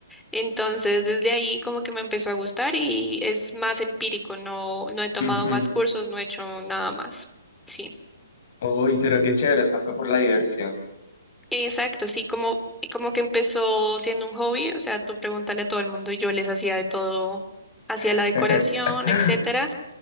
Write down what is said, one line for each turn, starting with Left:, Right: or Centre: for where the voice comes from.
Centre: Entonces, desde ahí como que me empezó a gustar y es más empírico, no, no he tomado
Left: Ujú.
Centre: más cursos, no he hecho nada más. Sí,
Left: Uy, pero qué chévere, o sea, fue por la diversión.
Centre: exacto, sí, como, como que empezó siendo un hobby, o sea, tú pregúntale a todo el mundo y yo les hacía de todo, hacía
Left: <laughs>
Centre: la decoración, etcétera.